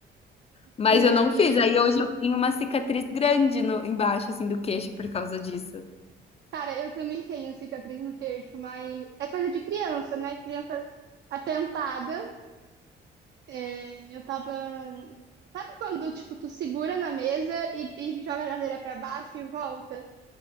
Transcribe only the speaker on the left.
mas
eu não
fiz. Aí hoje eu tenho uma cicatriz grande no embaixo, assim, do queixo por causa disso.